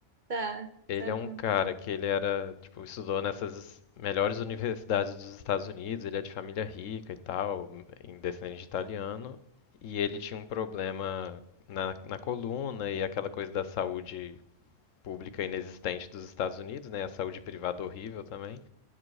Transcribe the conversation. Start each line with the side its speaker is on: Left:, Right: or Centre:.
Right: Tá,
Left: Ele
Right: tá
Left: é
Right: bom.
Left: um cara que ele era, tipo, estudou nessas melhores universidades dos Estados Unidos, ele é de família rica e tal, em- descendente de italiano, e ele tinha um problema na, na coluna e aquela coisa da saúde pública inexistente dos Estados Unidos, né? A saúde privada horrível também.